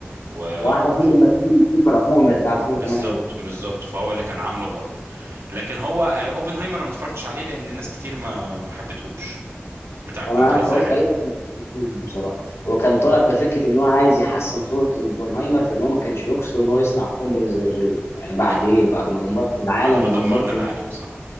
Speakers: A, on the right; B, on the left.
A: و...
B: واحلى
A: والجوكر
B: فيلم مثيل الذكر عموما بتاع 2008
A: بالظبط
B: ده
A: بالظبط فهو اللي كان عامله برضه لكن هو آه، اوبنهايمر انا ما اتفرجتش عليه لان ناس كتير ما ما حبتهوش بتاع القنبله
B: انا انا
A: الذريه
B: اتفرجت عليه بس مش فاكره بصراحه هو كان
A: مم.
B: طالع بفكره ان هو عايز يحسن صوره اوبنهايمر في ان هو ما كانش يقصد ان هو يصنع قنبله ذريه يعني بعد
A: مم.
B: ايه بعد ما دمرت العالم
A: بعد ما
B: ودمرت
A: دمرنا العالم صح